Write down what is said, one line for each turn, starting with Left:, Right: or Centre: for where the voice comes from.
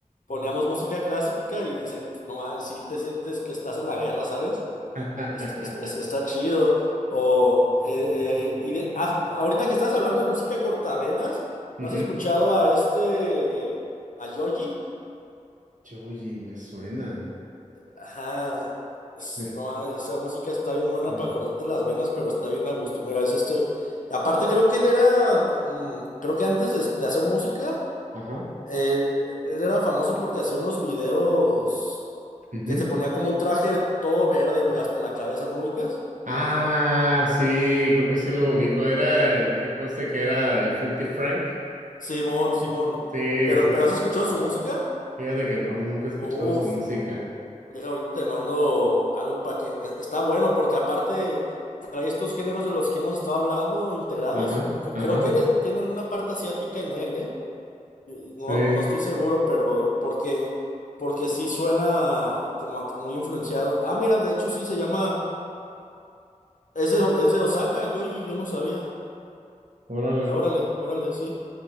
Left: Poníamos música clásica y, se, no, mames, sí te sientes que estás en la guerra, ¿sabes?
Right: <laughs>
Left: Est- est- est- Está, chido. O, eh, eh, y de- has- ahorita que estás hablando de música cortavenas,
Right: Ujú.
Left: ¿no has escuchado a este, a Yogi?
Right: Joji, me suena.
Left: Ajá. Es-
Right: <laughs>
Left: no, ah, esa música está bien buena
Right: Mira.
Left: para cortarte las venas, pero está bien a gusto. Mira, es este. Aparte, creo que él era, co- mm, creo que antes de, de hacer música,
Right: Ajá.
Left: él, él era famoso porque hacía unos videos
Right: ujú.
Left: que se ponía como un traje todo verde, güey, hasta la cabeza, ¿no ubicas?
Right: Ah, sí, creo que sí lo ubico. Era el tipo este que era el Filthy Frank.
Left: Simón, Simón.
Right: Sí,
Left: Pero,
Right: sí,
Left: pero
Right: sí,
Left: ¿has escuchado
Right: sí.
Left: su música?
Right: Fíjate que no, nunca he escuchado
Left: Uf,
Right: su música.
Left: deja ahorita te mando algo para que e- está bueno porque aparte trae estos géneros de los que hemos estado hablando integrados.
Right: Ajá,
Left: Cre-
Right: ajá.
Left: Creo que él es- tiene alguna parte asiática en él, ¿eh? No,
Right: Sí,
Left: no estoy seguro, pero porque porque sí suena como a- muy influenciado. Ah, mira, de hecho sí se llama es de, es de Osaka, yo y yo no sabía.
Right: órale.
Left: Eh, Órale, órale, sí.